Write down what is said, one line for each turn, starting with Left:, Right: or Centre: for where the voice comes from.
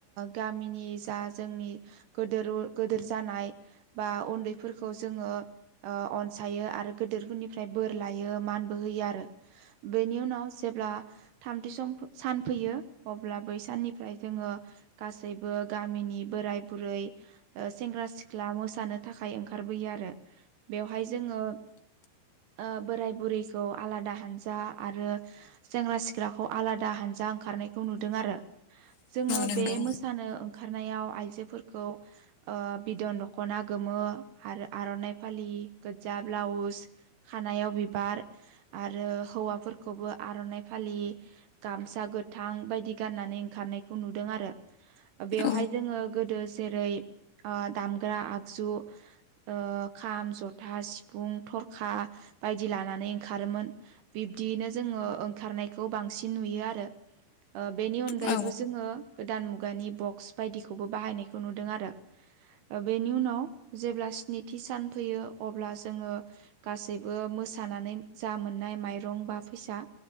Right: गामिनि जा जोङो जोंनि गोदोर गोदोर जानाय बा उन्दैफोरखौ जोङो ओ अनसायो आरो गिदिरफोरनिफ्राय बोर लायो मानबो होयो आरो बेनि उनाव जे अब्ला थामथि सम सान फैयो अब्ला बै साननिफ्राय जोङो गासैबो गामिनिबो बोराय बुरै ओ सेंग्रा सिख्ला मोसानो थाखाय ओंखारबोयो आरो। बेवहाय जोङो ओ बोराय बुरैखौ आलादा हानजा आरो सेंग्रा सिख्ला सिख्लाखौ आलादा हानजा ओंखारनायखौ नुदों आरो जोङो
Left: नंगौ
Right: बे मोसानो ओंखारनायाव आइजो जोफोरखौ ओ बिदन दखना गोमो आरो आरनाइ फालि गोदजा ब्लावस खानायाव बिबार आरो हौवाफोरखौबो आरनाय फालि फालि गामसा गोथां बायदि गाननानै ओंखारनायखौ नुदों आरो बेवहाय
Left: औ
Right: जोङो गोदो जेरै ओ‌‌ दामग्रा आगजु ओ खाम जथा सिफुं थरखा बायदि लानानै ओंखारोमोन बे बिदियैनो जोङो ओं खारनायखौ बांसिन नुयो आरो ओ बेनि अनगायैबो
Left: औ
Right: जोङो गोदान मुगा मुगानि बक्स बायदिखौबो बाहायनायखौ नुदों आरो ओ बेनि उनाव जेब्ला स्निथि सान फैयो अब्ला जोङो गासैबो मोसा सानानै जा मोननाय माइरं बा फैसा